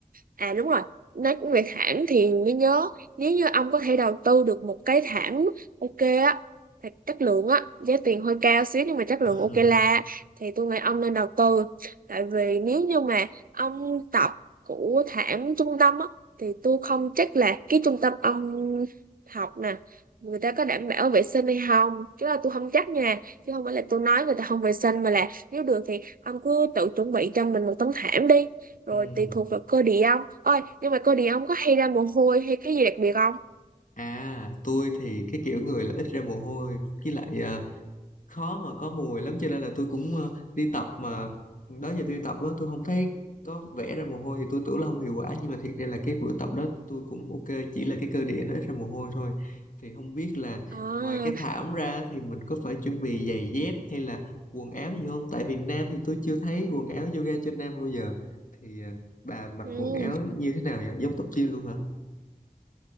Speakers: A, on the right; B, on the left.
A: À đúng rồi, nói về thảm thì mới nhớ nếu như ông có thể đầu tư được một cái thảm ok á, thật chất lượng á, giá tiền hơi cao xíu nhưng mà chất lượng
B: <laughs>
A: ok la thì tôi nghĩ ông nên đầu tư. Tại vì nếu như mà ông tập của thảm trung tâm á thì tôi không chắc là cái trung tâm ông học nè người ta có đảm bảo vệ sinh hay không chứ là tôi không chắc nha chứ không phải là tôi nói người ta không vệ sinh mà là nếu được thì ông cứ tự chuẩn bị cho mình một tấm thảm đi rồi
B: Ừ.
A: tùy thuộc vào cơ địa ông ôi nhưng mà cơ địa ông có hay ra mồ hôi hay cái gì đặc biệt không
B: À, tôi thì cái kiểu người là ít ra mồ hôi với lại ờ, khó mà có mùi lắm cho nên là tôi cũng ờ, đi tập mà đó giờ tôi đi tập á tôi không thấy có vẽ ra mồ hôi thì tôi tưởng là không hiệu quả nhưng mà thiệt ra là cái bữa tập đó tôi cũng ok chỉ là cái cơ địa nó ít ra mồ hôi thôi thì không biết là
A: à
B: ngoài cái thảm ra thì mình có phải chuẩn bị giày dép hay là quần áo gì không tại Việt Nam thì tôi chưa thấy quần áo yoga cho nam bao giờ thì ờ, bà mặc
A: ừm.
B: quần áo như thế nào vậy giống tóc gym luôn hả